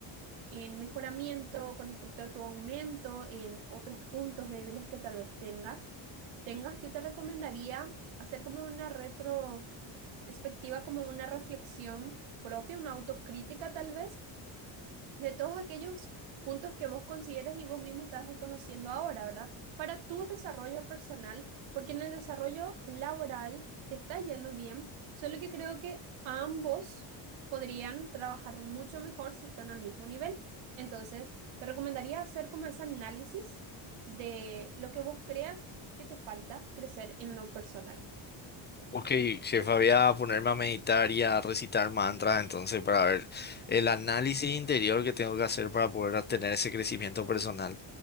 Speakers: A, on the right; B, on the left.
A: en mejoramiento con respecto a tu aumento, en otros puntos débiles que tal vez tenga, tengas, yo te recomendaría hacer como una retrospectiva, como una reflexión propia, una autocrítica tal vez, de todos aquellos puntos que vos consideres y vos mismo estás reconociendo ahora, ¿verdad? Para tu desarrollo personal, porque en el desarrollo laboral te está yendo bien, solo que creo que ambos podrían trabajar mucho mejor si están al mismo nivel. Entonces, te recomendaría hacer como ese análisis de lo que vos creas que te falta crecer en lo personal.
B: Ok, jefa, voy a ponerme a meditar y a recitar mantras entonces para ver el análisis interior que tengo que hacer para poder tener ese crecimiento personal.